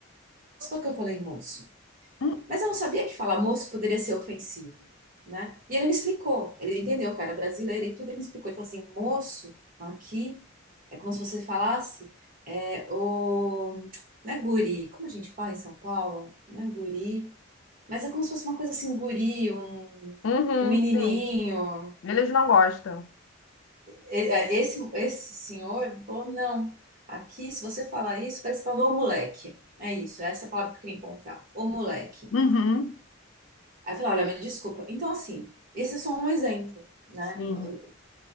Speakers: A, on the right (about 40°); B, on the left (about 70°).
A: gostou que eu falei moço.
B: hum,
A: Mas eu não sabia que falar moço poderia ser ofensivo, né? E ele me explicou, ele entendeu que eu era brasileira e tudo, ele me explicou. Ele falou assim, moço, aqui é como se você falasse, é, o, né, guri, como a gente fala em São Paulo, né, guri, mas é como se fosse uma coisa assim, um guri, um,
B: Uhum,
A: um menininho.
B: sim. Eles não gostam.
A: E- é, Esse, esse senhor falou, não, aqui se você falar isso, parece que você tá falando ô moleque. É isso, essa é a palavra que eu queria encontrar, ô moleque.
B: uhum.
A: Aí eu falei, olha, me desculpa. Então, assim, esse é só um exemplo, né?
B: Sim.
A: No-